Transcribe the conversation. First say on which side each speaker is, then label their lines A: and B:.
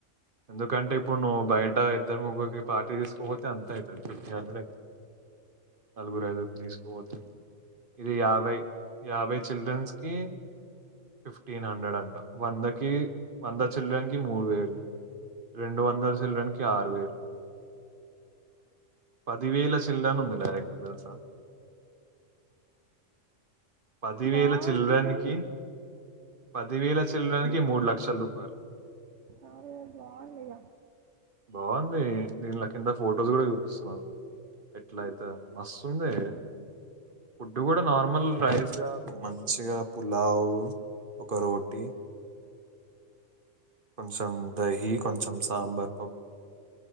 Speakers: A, on the right; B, on the right.
A: ఎందుకంటే ఇప్పుడు నువ్వు బయట ఇద్దరు ముగ్గురుకీ పార్టీ తీసుకోపోతే అంత అయితాది ఫిఫ్టీ హండ్రెడ్ అయితుంది నలుగు ఐదురిని తీసుకుపోతే ఇది యాభై యాభై చిల్డ్రన్స్ కి ఫిఫ్టీన్ హండ్రెడ్ అంట వందకి వంద చిల్డ్రన్ కి మూడు వేలు రెండు వందల చిల్డ్రన్ కి ఆరు వేలు పది వేల చిల్డ్రన్ ఉంది డైరెక్ట్ తెలుసా పది వేల
B: బాగుంది
A: చిల్డ్రన్
B: కానీ
A: కి పది వేల చిల్డ్రన్ కి మూడులక్ష ల రూపాయలు
B: అరే బాగుంది గా
A: బాగుంది దీనిలో కింత ఫొటోస్ కూడా చూపిస్తున్నారు ఎట్లా అయితదని మస్తుంది ఫుడ్ కూడా నార్మల్ రైస్ మంచిగా పులావ్ ఒక రోటి కొంచం దహి కొంచం సాంబార్